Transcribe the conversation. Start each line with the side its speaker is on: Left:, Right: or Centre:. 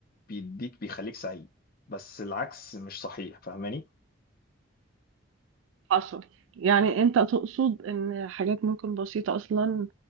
Left: بيديك بيخليك سعيد بس العكس مش صحيح فاهماني
Right: حصل يعني انت تقصد ان حاجات ممكن بسيطة اصلا